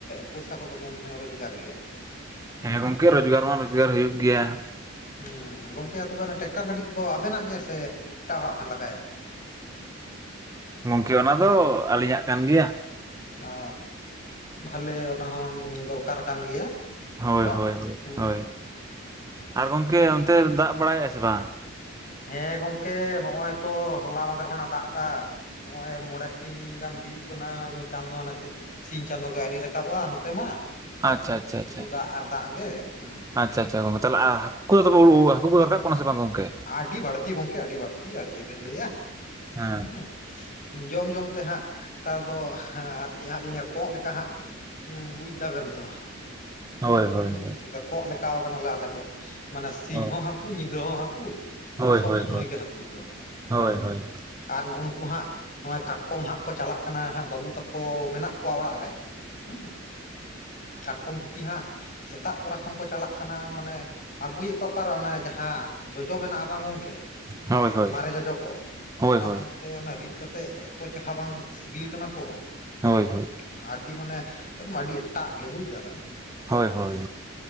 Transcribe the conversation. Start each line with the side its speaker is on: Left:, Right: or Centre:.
Left: ᱯᱚᱭᱥᱟ ᱠᱚᱫᱚ ᱵᱮᱱ ᱨᱳᱡᱽᱜᱟᱨ ᱜᱮᱭᱟ
Right: ᱦᱮᱸ ᱜᱚᱝᱠᱮ ᱨᱚᱡᱽᱜᱟᱨ ᱢᱟ ᱨᱚᱡᱽᱜᱟᱨ ᱦᱩᱭᱩᱜ ᱜᱮᱭᱟ
Left: ᱦᱮᱸ ᱜᱚᱝᱠᱮ ᱛᱚᱵᱮ ᱴᱮᱠᱴᱟᱨ ᱜᱟᱹᱰᱤ ᱠᱚᱫᱚ ᱟᱵᱮᱱᱟᱜ ᱜᱮ ᱥᱮ ᱮᱴᱟᱜ ᱦᱚᱲᱟᱜ ᱵᱮᱱ ᱞᱟᱜᱟᱭᱟ
Right: ᱜᱚᱝᱠᱮ ᱚᱱᱟ ᱫᱚ ᱟᱹᱞᱤᱧᱟᱜ ᱠᱟᱱ ᱜᱮᱭᱟ
Left: ᱚ ᱵᱷᱟᱞᱮ ᱚᱱᱟ ᱦᱚ ᱫᱚᱨᱠᱟᱨ ᱠᱟᱱ ᱜᱮᱭᱟ
Right: ᱦᱳᱭ
Left: ᱵᱟᱝ?
Right: ᱦᱳᱭ ᱦᱳᱭ
Left: ᱦᱩᱸ
Right: ᱦᱳᱭ
Left: ᱦᱩᱸ
Right: ᱟᱨ ᱜᱚᱢᱠᱮ ᱚᱱᱛᱮ ᱫᱟᱜ ᱵᱟᱲᱟᱭᱮᱫᱼᱟ ᱥᱮ ᱵᱟᱝ
Left: ᱦᱮᱸ ᱜᱚᱝᱠᱮ ᱱᱚᱜᱼᱚᱭ ᱛᱚ ᱦᱚᱞᱟ ᱢᱟᱫᱮᱨ ᱠᱷᱚᱱᱟᱜ ᱫᱟᱜ ᱮᱫᱟ ᱱᱚᱜᱼᱚᱭ ᱢᱚᱬᱮ ᱥᱤᱧ ᱜᱟᱱ ᱦᱩᱭᱩᱜ ᱠᱟᱱᱟ ᱪᱟᱸᱫᱳ ᱱᱟ ᱪᱮᱫ ᱥᱤᱧ ᱪᱟᱸᱫᱳ ᱜᱮ ᱟᱹᱨᱤ ᱨᱟᱠᱟᱵᱼᱟ ᱱᱚᱛᱮ ᱢᱟ
Right: ᱟᱪᱪᱷᱟ ᱟᱪᱪᱷᱟ
Left: ᱥᱩᱫᱷᱩ
Right: ᱟᱪᱪᱷᱟ
Left: ᱫᱟᱜ ᱟᱨ ᱫᱟᱜ ᱜᱮ ᱦᱩᱸ
Right: ᱟᱪᱪᱷᱟ ᱟᱪᱪᱷᱟ ᱜᱚᱝᱠᱮ ᱪᱟᱞᱟᱜ-ᱟ <inaudible> ᱦᱟᱠᱩ ᱠᱚᱫᱚ ᱠᱚ ᱨᱟᱠᱟᱵ ᱠᱟᱱᱟ ᱥᱮ ᱵᱟᱝ ᱜᱚᱝᱠᱮ
Left: ᱟᱹᱰᱤ ᱵᱟᱹᱲᱛᱤ ᱜᱚᱝᱠᱮ ᱟᱹᱰᱤ ᱵᱟᱹᱲᱛᱤ ᱟᱨ ᱪᱮᱫ ᱵᱮᱱ ᱞᱟᱹᱭᱟ
Right: ᱦᱮᱸ
Left: ᱩ ᱡᱚᱢ ᱡᱚᱢ ᱛᱮ ᱦᱟᱸᱜ ᱱᱮᱛᱟᱨ ᱫᱚ ᱟᱨ ᱪᱮᱫ ᱦᱟᱸᱜ ᱞᱤᱧᱞᱟᱹᱭᱟ ᱠᱚᱸᱜ ᱞᱮᱠᱟ ᱦᱟᱸᱜ ᱦᱩᱸ ᱵᱩᱡ ᱫᱟᱵᱮᱱ ᱛᱚ
Right: ᱦᱳᱭ ᱦᱳᱭ
Left: ᱦᱩᱸ
Right: ᱦᱳᱭ
Left: ᱠᱚᱜ ᱞᱮᱠᱟ ᱠᱟᱱᱟᱞᱮ ᱟᱞᱮ ᱫᱚ ᱢᱟᱱᱮ ᱥᱤᱧ
Right: ᱦᱳᱭ
Left: ᱦᱚᱸ ᱦᱟᱠᱩ ᱧᱤᱫᱟᱹ ᱦᱚᱸ ᱦᱟᱠᱩ ᱢᱟᱱᱮ
Right: ᱦᱳᱭ
Left: ᱥᱚᱵ
Right: ᱦᱳᱭ
Left: ᱥᱚᱢᱚᱭ ᱜᱮ ᱦᱟᱹᱠᱩ ᱫᱚ
Right: ᱦᱳᱭ
Left: ᱦᱩᱸ
Right: ᱦᱳᱭ
Left: ᱟᱨ ᱱᱩᱜᱩ ᱱᱩᱠᱩ ᱦᱟᱸᱜ ᱱᱚᱜᱼᱚᱭ ᱠᱟᱴᱠᱚᱢ ᱦᱟᱸᱜ ᱠᱚ ᱪᱟᱞᱟᱜ ᱠᱟᱱᱟ ᱦᱟᱸᱜ ᱵᱟᱹᱵᱩ ᱛᱟᱠᱚ ᱢᱮᱱᱟᱜ ᱠᱚᱣᱟ ᱚᱲᱟᱜ ᱨᱮ ᱦᱮᱸ ᱠᱟᱴᱠᱚᱢ ᱴᱩᱴᱤ ᱦᱟᱸᱜ ᱥᱮᱛᱟᱜ ᱛᱚᱨᱟ ᱠᱷᱚᱱ ᱠᱚ ᱪᱟᱞᱟᱜ ᱠᱟᱱᱟ ᱢᱟᱱᱮ ᱟᱹᱜᱩᱭᱮᱫ ᱠᱚᱣᱟ ᱠᱚ ᱚᱱᱮ ᱡᱟᱦᱟᱸ ᱡᱚᱡᱚ ᱢᱮᱱᱟᱜᱼᱟ ᱵᱟᱝ ᱜᱚᱝᱠᱮ
Right: ᱦᱳᱭ ᱦᱳᱭ
Left: ᱢᱟᱨᱮ ᱡᱚᱡᱚ ᱠᱚ
Right: ᱦᱳᱭ
Left: ᱚᱱᱟ
Right: ᱦᱳᱭ
Left: ᱥᱟᱶᱛᱮ ᱛᱮ ᱨᱤᱫ ᱠᱟᱛᱮᱜ ᱮᱛᱚ ᱪᱮᱨᱦᱟ ᱵᱟᱝ ᱥᱤᱵᱤᱞ ᱠᱟᱱᱟ ᱠᱚ
Right: ᱦᱳᱭ
Left: ᱦᱮᱸ ᱟᱹᱰᱤ ᱢᱟᱱᱮ ᱮᱠᱫᱚᱢ ᱟᱹᱰᱤ ᱮᱴᱟᱜ ᱜᱮ ᱵᱩᱡ ᱫᱟ ᱵᱮᱱ
Right: ᱦᱳᱭ ᱦᱳᱭ